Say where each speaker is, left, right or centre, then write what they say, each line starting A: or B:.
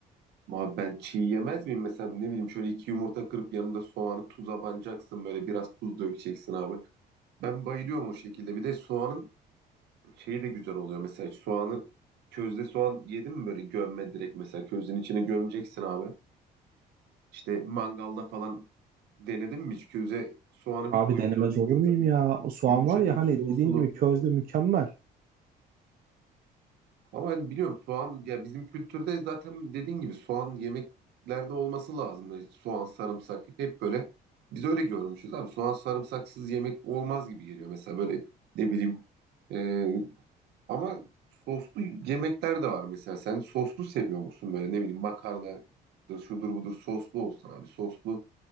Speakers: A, on the right (about 75°); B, on the right (about 60°).
A: Abi ben çiğ yemez miyim mesela ne bileyim şöyle iki yumurta kırıp yanında soğanı tuza banacaksın böyle biraz tuz dökeceksin abi. Ben bayılıyorum o şekilde. Bir de soğanın şeyi de güzel oluyor mesela soğanı közde soğan yedin mi böyle gömme direkt mesela közün içine gömeceksin abi. İşte mangalda falan denedin mi hiç köze soğanı
B: Abi
A: bir koyuyor
B: denemez
A: sonra bir
B: olur
A: yum,
B: muyum ya? O soğan
A: yumuşacık
B: var ya hani
A: sulu
B: dediğin
A: sulu.
B: gibi közde mükemmel.
A: Ama hani biliyorum soğan ya bizim kültürde zaten dediğin gibi soğan yemeklerde olması lazım. Soğan sarımsak hep böyle biz öyle görmüşüz abi soğan sarımsaksız yemek olmaz gibi geliyor mesela böyle ne bileyim e, Ama soslu yemekler de var mesela. Sen soslu seviyor musun böyle ne bileyim makarnadır şudur budur soslu olsun abi. Soslu